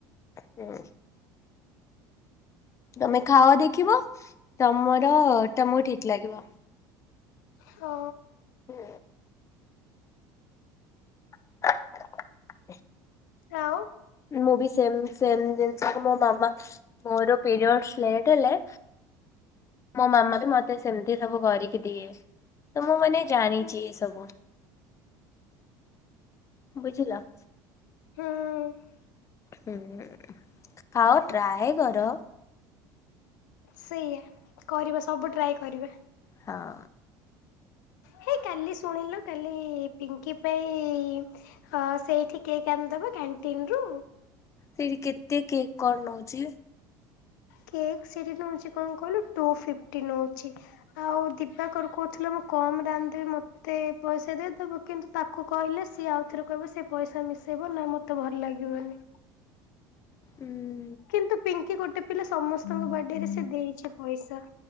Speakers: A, on the left; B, on the left.
A: ଓକେ। ତମେ ଖାଅ ଦେଖିବ, ତମର ତମକୁ ଠିକ ଲାଗିବ।
B: ହଉ।
A: ହୁଁ। <inaudible>
B: ଆଉ
A: ମୁଁ ବି ସେମ, ସେମ ଜିନିଷକୁ ମୋ ମାମା ମୋର ପିରିୟଡସ୍ ଲେଟ ହେଲେ ମୋ ମାମା ବି ମତେ ସେମତି ସବୁ କରିକି ଦିଏ। ତ ମୁଁ ମାନେ ଜାଣିଛି
B: ହୁଁ
A: ଏ ସବୁ। ବୁଝିଲ?
B: ହୁଁ।
A: ହୁଁ ଉମ୍, ଖାଅ ଟ୍ରାଏ କର?
B: ସେଇଆ, କରିବା ସବୁ ଟ୍ରାଏ କରିବା।
A: ହଁ।
B: ହେଇ କାଲି ଶୁଣିଲୁ କାଲି ପିଙ୍କି ପାଇଁ ହଁ ସେଇଠିି କେକ୍ ଆଣିଦବା କ୍ୟାଣ୍ଟିନରୁୁ
A: ସେଇଠି କେତେ କେକ୍ କଣ ନଉଛି?
B: କେକ୍ ସେଇଠି ନଉଛି କଣ କହିଲୁ, ଟୁ ଫିଫ୍ଟି ନଉଛି। ଆଉ ଦିବାକର କହୁଥିଲା ମୁଁ କମରେ ଆଣିଦେବି ମତେ ତେ ପଇସା ଦେଇଦବ। କିନ୍ତୁ ତାକୁ କହିଲେ ସିଏ ଆଉ ଥରେ କହିବ ସେ ପଇସା ମିଶେଇବ ନା ମ ତେ ଭଲ ଲାଗିବନି।
A: ହୁଁ।
B: କିନ୍ତୁ ପିଙ୍କି ଗୋଟେ ପିଲା ସମସ୍ତଙ୍କ ବାଡେରେ ସେ ଦେଇଛି ପଇସା।